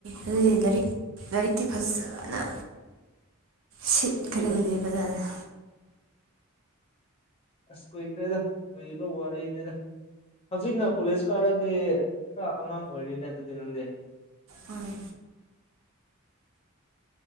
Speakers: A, on the right (about 70°); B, on the left (about 25°).
A: ꯑꯗꯨꯗꯤ ꯂꯥꯏꯔꯤꯛ ꯂꯥꯏꯔꯤꯛꯇꯤ ꯐꯖꯅ
B: <inaudible>
A: ꯁꯤꯠꯀꯔꯤꯗꯗꯤꯕꯖꯥꯗ
B: ꯅꯠꯇꯦꯗ ꯑꯁ ꯀꯨꯏꯈ꯭ꯔꯦꯗ ꯀꯨꯏꯔꯤꯕ ꯋꯥꯔꯤꯅꯤꯗ ꯍꯧꯖꯤꯛꯅ ꯄꯨꯂꯤꯁ ꯀꯥꯔꯗꯤ ꯈꯔ ꯑꯉꯥꯡ ꯑꯣꯏꯔꯤꯅꯦ ꯑꯗꯨꯗꯤ ꯅꯪꯗꯤ
A: ꯍꯣꯏ